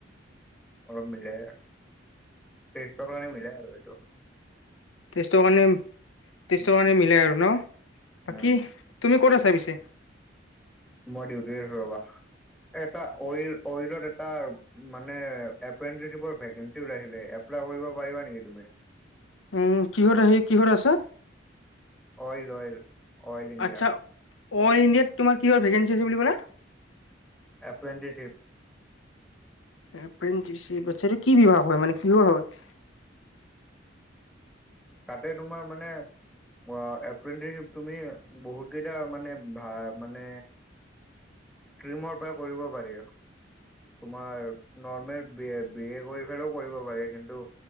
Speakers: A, in the centre; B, on the left (about 85°).
A: অলপ মিলে। তেইশ টো কাৰনে মিলে আৰু সেইটো।
B: টেষ্ট কাৰণে টেষ্টৰ
A: উম
B: কাৰণে মিলাই আৰু ন। বাকী
A: উম
B: তুমি ক'ত আছা পিছে
A: মই দিয়ুতিত আছোঁ ৰবা। এটা অইল অইলত এটা মানে অপ্ৰেন্তিষ্টৰ ভেকেঞ্চি ওলাইছিলে এপ্লাই কৰিব পাৰিবা নেকি তুমি?
B: উম কিহত আহি কিহত আছে?
A: Oil Oil Oil India.
B: আচ্ছা অল ইণ্ডিয়াত তোমাৰ কি ভেকেঞ্চি আছে বুলি কলা?
A: অপ্ৰেন্তিষ্ট।
B: অপ্ৰেণ্টিষ্ট এইটো কি বিভাগ হয় মানে কিহৰ হয়?
A: তাতে তোমাৰ মানে অ এপ্ৰেণ্টিষ্ট তুমি বহুত কেইটা মানে ভ মানে ষ্ট্ৰিমৰ পৰা কৰিব পাৰি। তোমাৰ নৰ্মেল বি বি এ কৰি পেললেও কৰিব পাৰি কিন্তু